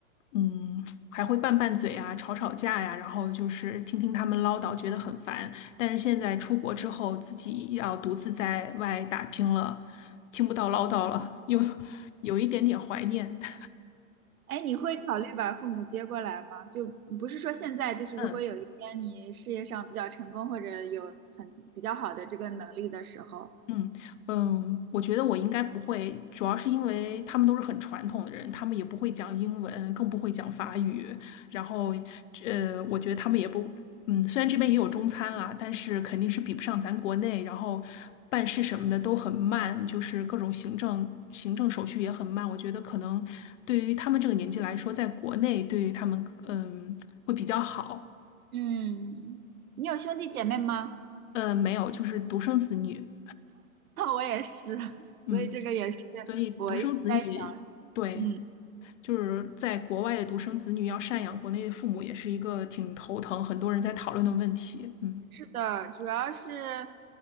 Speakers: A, on the left; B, on the right.
A: 嗯，还会拌拌嘴啊，吵吵架呀、然后就是听听他们唠叨，觉得很烦。但是现在出国之后，自己要独自在外打拼了，听不到唠叨了，又有一点点怀念。<laughs>
B: 哎，你会考虑把父母接过来吗？就不是说现在，就是如果有一天你事业上比较成功，
A: 嗯。
B: 或者有很比较好的这个能力的时候，
A: 嗯嗯，我觉得我应该不会，主要是因为他们都是很传统的人，他们也不会讲英文，更不会讲法语。然后，呃，我觉得他们也不，嗯，虽然这边也有中餐啦，但是肯定是比不上咱国内。然后办事什么的都很慢，就是各种行政行政手续也很慢。我觉得可能对于他们这个年纪来说，在国内对于他们，嗯，会比较好。
B: 嗯，你有兄弟姐妹吗？
A: 呃，没有，就是独生子女，
B: <laughs> 我也是，所以这个也是
A: 嗯。所以独生子女，
B: 我一直在想，
A: 对，
B: 嗯。
A: 就是在国外的独生子女要赡养国内的父母，也是一个挺头疼，很多人在讨论的问题。嗯，
B: 是的，主要是，